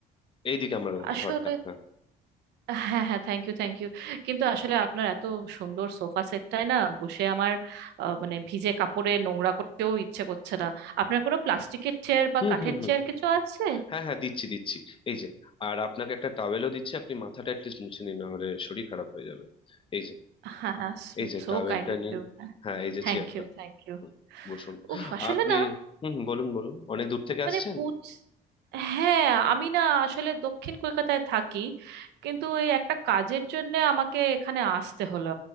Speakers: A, on the left (about 30°); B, on the right (about 85°).
A: এইদিকে আমার
B: আসলে
A: ঘরটা হ্যাঁ
B: হ্যাঁ হ্যাঁ থ্যাংক ইউ থ্যাংক ইউ কিন্তু আসলে আপনার এত সুন্দর সোফা সেটটায় না বসে আমার আহ, মানে ভিজে কাপড়ে নোংরা করতেও ইচ্ছে করছে না আপনার কোনো প্লাস্টিকের চেয়ার বা
A: হুম
B: কাঠের
A: হুম হুম
B: চেয়ার কিছু আছে
A: হ্যাঁ হ্যাঁ দিচ্ছি দিচ্ছি এই যে আর আপনাকে একটা টাওয়েলও দিচ্ছি আপনি মাথাটা অ্যাটলিস্ট মুছে নিন না হলে শরীর খারাপ হয়ে যাবে এই যে
B: হ্যাঁ হ্যাঁ
A: এই যে
B: So
A: টাওয়েলটা
B: kind of
A: নিন
B: you
A: হ্যাঁ এই যে
B: Thank
A: চেয়ারটা
B: you thank you
A: হুম, বসুন
B: উফ আসলে
A: আপনি
B: না
A: হুম হুম, বলুন বলুন অনেক দূর থেকে
B: মানে
A: আসছেন
B: বুঝ হ্যাঁ আমি না আসলে দক্ষিণ কলকাতায় থাকি কিন্তু এই একটা কাজের জন্য আমাকে এখানে আসতে হলো